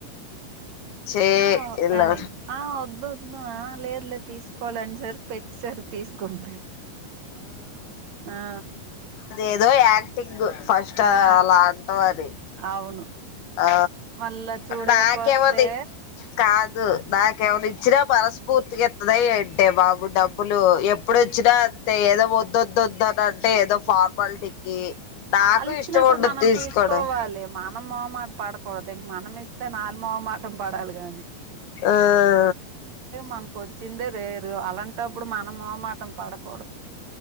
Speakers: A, on the left; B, on the right.
A: చే
B: ఆ
A: ఇలా
B: అది ఆ వద్దు వద్దు లేదు లేదు తీసుకోవాలన్సారి పెట్సరి తీసుకోకుంటే ఆ
A: ఏదో యాక్టింగ్ ఫస్ట్
B: ఆ
A: అలా అంటం అది
B: అవును
A: ఆ
B: మళ్ళా చూడకపోతే
A: నాకేముంది క నాకేమన్న ఇచ్చినా మనస్ఫూర్తిగా ఇతధ ఏంటి బాబు డబ్బులు ఎప్పుడోచ్చినా అంతే ఏదో వద్దొదుదు అని అంటే ఏదో ఫార్మాలిటీకి నాకు
B: వాళ్ళు ఇచ్చినప్పుడు
A: ఇష్టం ఉండదు
B: మనం
A: తీసుకోవడం
B: తీసుకోవాలి మనం మొహమాట పాడు పొదేంగ్ మనమిస్తే నాల్ మొహమాటం పడాలి గాని
A: ఆ
B: మనకు వచ్చిందే రేరు అలాంటప్పుడు మనం మోమాటం పడకూడదు